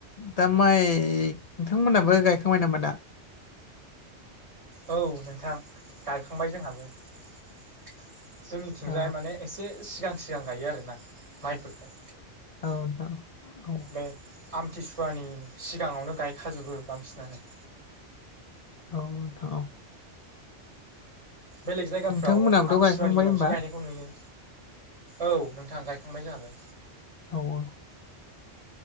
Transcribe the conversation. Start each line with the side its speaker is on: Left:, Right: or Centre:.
Left: दा माइ नोंथांमोनहाबो गायखांबाय नामा दा?
Right: औ नोंथां गायखांबाय जोंहाबो। जोंनिथिंजाय
Left: औ
Right: माने एसे सिगां-सिगां गायो आरो ना माइफोरखौ।
Left: औ नोंथां औ। औ
Right: बे आमथिसुवानि सिगाङावनो गायखाजोबो बांसिनानो।
Left: औ नोंथां औ।
Right: बेलेग जायगाफ्राव
Left: नोंथांमोनाबोथ'
Right: आमथिुवानि
Left: गायखांबाय
Right: उनावसो
Left: होमबा
Right: गायनायखौ नुयो। औ नोंथां गायखांबाय जाहाबो।
Left: औ-औ।